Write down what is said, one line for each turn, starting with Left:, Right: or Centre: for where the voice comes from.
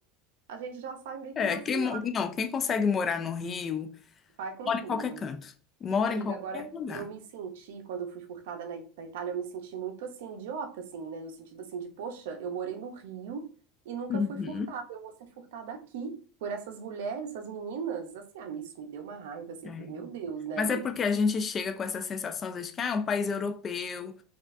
Right: A gente já sai meio
Left: é,
Right: que vacinado.
Left: quem, mo- não, quem consegue morar no Rio.
Right: Vai com
Left: Mora
Right: tudo.
Left: em qualquer canto. Mora
Right: Amiga,
Left: em qualquer
Right: agora
Left: lugar.
Right: eu me senti, quando eu fui furtada na, na Itália, eu me senti muito assim, idiota, assim, né? No sentido assim de, poxa, eu morei no Rio e nunca
Left: Uhum,
Right: fui furtada. Eu vou ser furtada aqui por essas mulheres, essas meninas. Assim, ah, isso me deu uma raiva, assim.
Left: é.
Right: Eu falei, meu Deus, né?
Left: Mas
Right: Não,
Left: é porque a gente chega com essa sensação, às vezes, que ah, é um país europeu,